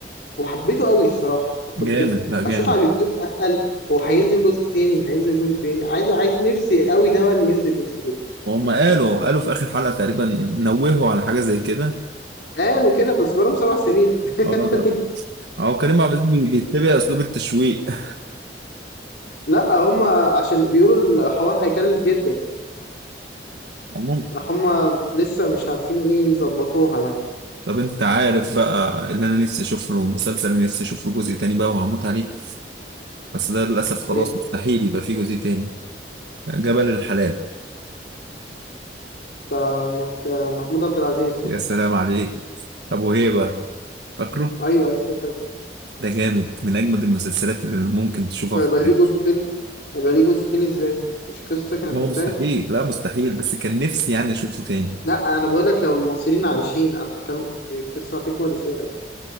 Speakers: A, on the left; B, on the right.
A: وحبيته قوي الصراحه وكنت
B: جامد لا جامد
A: اشوف على اليوتيوب اسال هو هينزل جزء تاني هينزل جزء تاني عايز عايز نفسي قوي ده هو اللي ينزل جزء تاني
B: وهم قالوا قالوا في اخر حلقة تقريبا نوهوا على حاجة زي كده
A: قالوا كده بس بقالهم سبع سنين <laughs> يعني
B: اه لا اه كريم عبد العزيز بيتبع اسلوب التشويق <laughs>
A: لا هم عشان بيقولوا الحوار هيكلف جدا
B: عموما
A: هم لسه مش عارفين ايه يظبطوها يعني
B: طب انت عارف بقى اللي انا نفسي اشوف له مسلسل انا نفسي اشوف له جزء تاني بقى وهموت عليه بس ده للأسف خلاص
A: ايه
B: مستحيل يبقى فيه جزء تاني جبل الحلال
A: بتاع مك- محمود عبد العزيز صح؟
B: يا سلام عليك أبو هيبة فاكره
A: ايوه ايوه اتفرجت عليه.
B: ده جامد من أجمد المسلسلات اللي ممكن تشوفها
A: بس هيبقى
B: في حياتك
A: ليه جزء تاني هيبقى ليه جزء تاني ازاي مش قصة كانت
B: هو
A: انتهت
B: مستحيل لا مستحيل بس كان نفسي يعني أشوفه تاني
A: لا انا بقول لك لو المصريين عايشين انا بتكلم القصة هتكمل ازاي